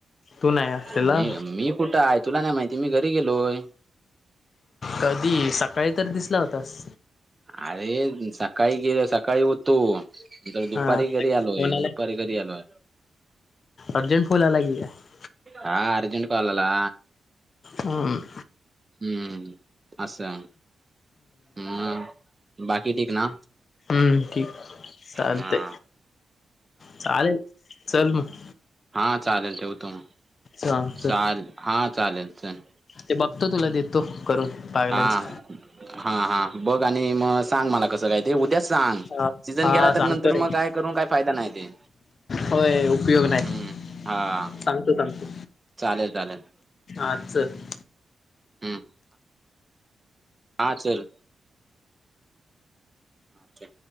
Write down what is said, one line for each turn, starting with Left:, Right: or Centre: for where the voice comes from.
Left: तू नाही असलेला
Right: म मी कुठं आहे तुला नाही माहिती, मी घरी गेलोय.
Left: कधी? सकाळी तर दिसला होतास.
Right: अरे सकाळी गेले सकाळी हो तो, नंतर दुपारी
Left: हा
Right: घरी
Left: फोन
Right: आलोय, दुपारी घरी आलोय.
Left: अर्जेंट <unintelligible>
Right: हा अर्जेंट कॉल आला.
Left: हम
Right: हम्म असं, हम्, बाकी ठीक ना?
Left: हम्म ठीक. चालतंय,
Right: हा
Left: चालेल चल मग.
Right: हा चालेलेवतो ना
Left: हा चल
Right: चालेल हा चालेल स
Left: ते बघतो तुला देतो करून पागल्याच
Right: हा हा हा बघ आणि मग सांग मला कसं काय ते उद्याच सांग
Left: हा
Right: सीझन
Left: हा
Right: गेला तर
Left: सांगतो
Right: नंतर मग
Left: रे
Right: काय करून काही फायदा नाही ते
Left: होय उपयोग नाही
Right: हम्म हा
Left: सांगतो सांगतू
Right: चालेल चालेल
Left: आच
Right: हम्म हा सर हा ते